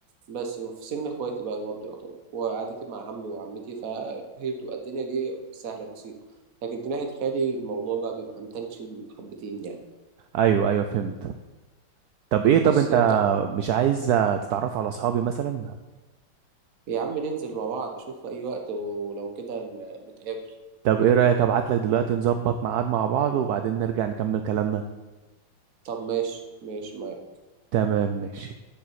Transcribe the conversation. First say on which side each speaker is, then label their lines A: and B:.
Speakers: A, on the right; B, on the right.
A: بس في سن اخواتي بقى برضه يعتبر وقعدتي مع عمي وعمتي فهي بتبقى الدنيا دي سهله بسيطه لكن في ناحيه خالي الموضوع بقى بيبقى متنشن حبتين يعني
B: ايوه ايوه فهمت طب ايه طب
A: بس
B: انت
A: انت
B: مش عايز آه، تتعرف على اصحابي مثلا
A: يا عم ننزل مع بعض شوف في اي وقت ولو كده ن- نتقابل
B: طب ايه رأيك ابعت لك دلوقتي نظبط ميعاد مع بعض وبعدين نرجع نكمل كلامنا
A: طب ماشي ماشي ما
B: تمام ماشي